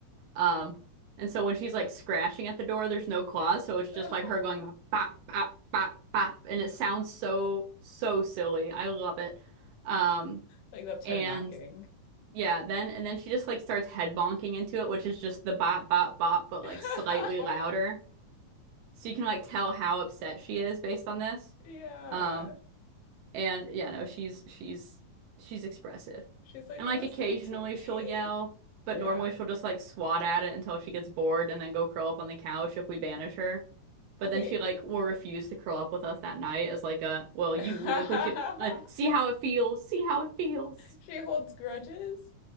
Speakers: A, on the right; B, on the left.
A: Um, and so when she's like scratching at the door, there's no claws, so it's just
B: <laughs>
A: like her going bop bop bop bop, and it sounds so so silly. I love it. Um,
B: Like that's
A: and
B: her knocking.
A: yeah, then and then she just like starts head bonking into it, which is just the bop bop bop, but like
B: <laughs>
A: slightly louder. So you can like tell how upset she is based on this.
B: Yeah.
A: Um, and yeah, no, she's she's she's expressive.
B: She's like,
A: And
B: listen
A: like occasionally
B: to me.
A: she'll yell, but
B: Yeah.
A: normally she'll just like swat at it until she gets bored and then go curl up on the couch if we banish her. But
B: Okay.
A: then she like will refuse to curl up with us that night as like a, well, you
B: <laughs>
A: like would you uh, see how it feels, see how it feels.
B: She holds grudges?